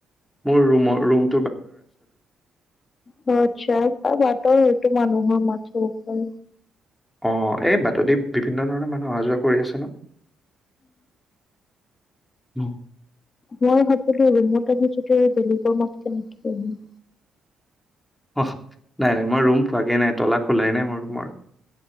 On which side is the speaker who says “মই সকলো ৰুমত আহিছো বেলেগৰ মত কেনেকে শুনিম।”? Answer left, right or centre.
Left